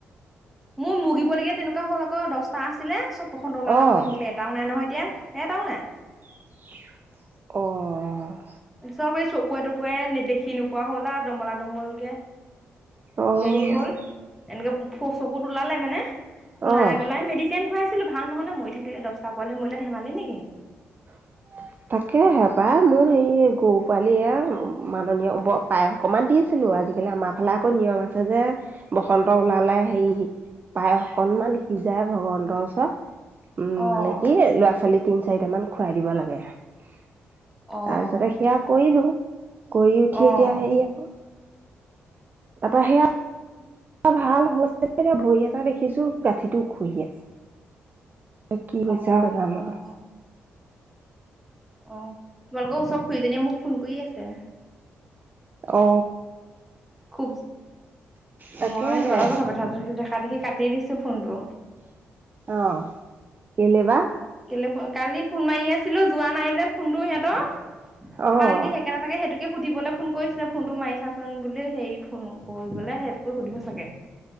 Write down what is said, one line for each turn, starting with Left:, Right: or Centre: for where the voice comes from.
Centre: মোৰ মুৰ্গিবলগীয়া তেনেকুৱা হ'ল আকৌ দহটা আছিলে চব প্ৰসন্ত ওালে
Right: অ
Centre: মৰি থাকিলে এটাও নাই নহয় এতিয়া এটাও নাই।
Right: অ',
Centre: চব এই চকুৱে তকুৱে নেদখি নোপোৱা হ'ল আৰু দমলা দমলকে
Right: অ',
Centre: হেৰি হ'ল এনেকে চকুত ওলালে মানে ওলাই
Right: অ'।
Centre: পেলাই মেডিচিন খুৱাইছিলো ভাল নহলে মৰি থাকিলে দহটা পোৱালে ম ধেমালি নেকি।
Right: হয়। তাকে হেপা মোৰ হে গৰু পোৱালি মাননীয় পায়স অকণমান দিছিলো আজি। গতিকে আমাৰালে আকৌ নিয়ম আছে। যে বসন্ত ওলালে হে পায় অকণমান সিজাই ভগৱন্তৰ ত' উম,
Centre: অ',
Right: মানে কি লৰা ছোৱালী তিন চাৰিট মান খুৱাই দিব লাগে। তাৰপিছতে
Centre: অ',
Right: সেয়া কৰিলো কৰি উঠি
Centre: অ',
Right: এতিয়া হে আকৌ তাপ সেয়া ভালতি ভৰি এটা দেখিছো গাঁঠিটো খুহি আছে ত কি বৈছ
Centre: অ',
Right: আৰু কাৰণ
Centre: অ তোমালোকে চব খুইদিয় মোক ফোন কৰি আছে
Right: অ
Centre: খুব
Right: তাকেহে
Centre: মই তোমাৰ লগৰ ভাপি দেখা দেখি কাটি দিছো ফোনটো
Right: অ কেলে বাা
Centre: কেলে ফোন কালি ফোন মাৰি আছিলো যোৱা নাই যে ফোনটোো সিহতৰ তাৰপা
Right: অ',
Centre: আজি সেই কে ন থাকে সেইটোকে সুধিবলৈ ফোন কৰিছিলে ফোনটো মাৰি চাচোন হেৰি ফোন কৰিবলে সেইটোকে সুধিব চাগে